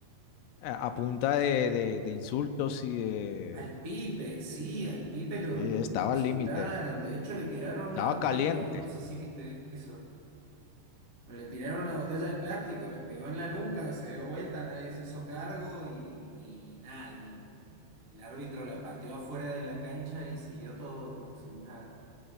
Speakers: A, on the left (about 80°); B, on the right (about 25°).
A: <laughs> a, a punta de, de- de insultos y de,
B: Al Pipe, sí, al Pipe lo,
A: de-
B: le
A: estaba
B: insultaron,
A: al límite,
B: de hecho le tiraron
A: estaba
B: una botella,
A: caliente.
B: yo no sé si viste eso, pero le tiraron una botella de plástico, le pegó en la nuca, se dio vuelta, nadie se hizo cargo y, y nada, el, el árbitro la pateó afuera de la cancha y siguió todo como si nada.